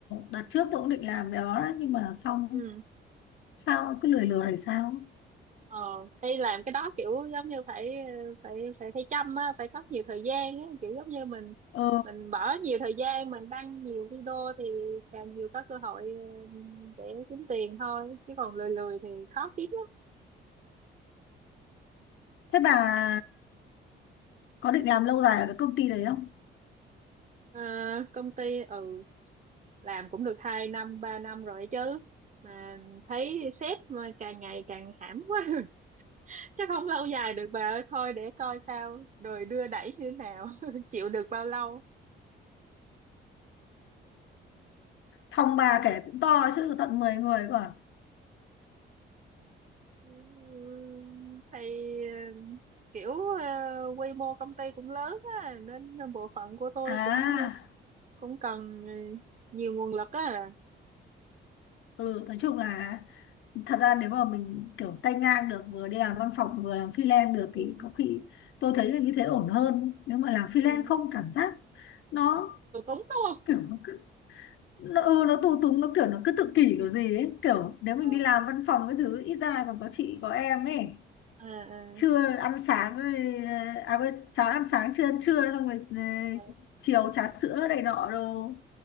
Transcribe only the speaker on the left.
đợt trước tôi cũng định làm cái đó đấy, nhưng mà xong
sao cứ lười lười hay sao?
Ờ,
thế bà có định làm lâu dài ở cái công ty đấy không?
Phòng bà kể cũng to chứ tận 10 người cơ à?
À,
ừ, nói chung là thật ra nếu mà mình kiểu tay ngang được vừa đi làm văn phòng vừa làm freelance được
thì có khi tôi thấy là như thế ổn hơn nếu mà làm freelance
không cảm giác nó
kiểu nó cứ nó, ừ, nó tù túng nó kiểu nó cứ tự kỷ
kiểu gì ấy kiểu nếu mình
đi làm văn phòng cái thứ ít ra còn có chị có em ấy
trưa ăn sáng rồi ờ, à quên sáng ăn sáng trưa ăn trưa xong rồi ờ,
chiều trà sữa này nọ đồ